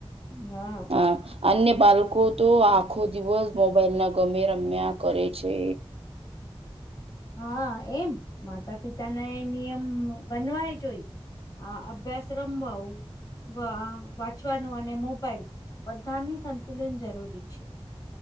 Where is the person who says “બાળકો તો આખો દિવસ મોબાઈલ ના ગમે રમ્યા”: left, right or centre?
Right